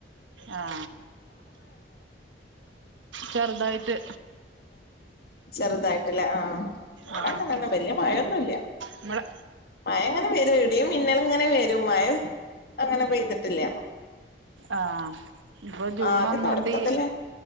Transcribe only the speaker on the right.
ആ ചെറുതായിട്ട്
ആഹ്
ഇങ്ങളെ
ആഹ് ഇപ്പൊ ജൂൺ
ഒന്നാന്തി